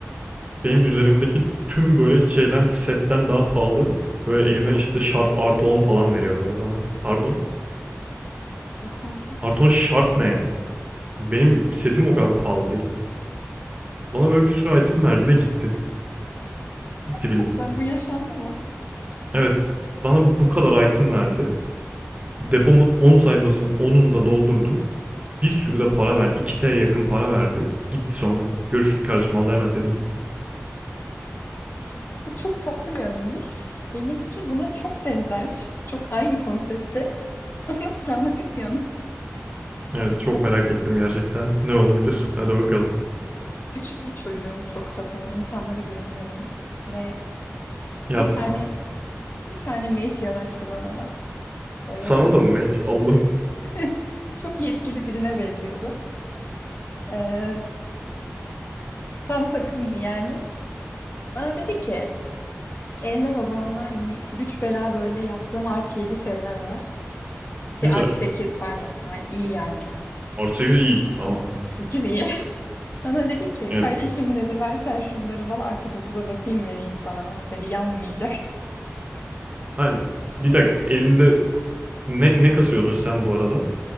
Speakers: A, on the right (about 30°); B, on the left (about 50°).
A: Benim üzerimdeki tüm böyle şeyden setten daha pahalı. Böyle elime işte Sharp artı 10 falan veriyor böyle bana. Pardon.
B: Yok artık.
A: Artı 10 Sharp ne ya? Benim setim o kadar pahalı değil. Bana böyle bir sürü item verdi ve gitti. Gitti
B: Gerçekten
A: bildiğin.
B: bu yaşandı mı?
A: Evet. Bana bu kadar item verdi. Depomun 10 sayfasının 10'unu da doldurdum. Bir sürü de para verdi. iki tye yakın para verdi. Gitti sonra. Görüşürüz kardeşim Allah'a emanet dedi gitti.
B: Bu Çok tatlı bir anıymış. Benimki buna çok benzer. Çok aynı konsepte <laughs> ama travmatik bir anı.
A: Evet çok merak ettim gerçekten. Ne olabilir? Hadi bakalım.
B: Küçük bir çocuğum, çok safım, insanlara güveniyorum ve
A: Yapma.
B: bir tane bir tane mage yanaştı bana da. Böyle
A: Sana
B: çok
A: da mı Mage? Allah'ım.
B: <laughs> çok yetkili birine benziyordu. Ee, tam takımdı yani. Bana dedi ki, elimde de o zamanlar hani güç bela böyle yaptığım artı 7 şeyler var. Şey
A: Güzel.
B: artı 8 pardon. Yani iyi yani.
A: Artı 8 iyi. Tamam.
B: Artı 8 iyi. <laughs> Bana dedi ki,
A: Evet.
B: kardeşim dedi versen şunları bana artı 9'a basayım vereyim sana. Bak dedi yanmayacak. <laughs>
A: Lan bir dakika elinde ne, ne kasıyordun sen bu arada?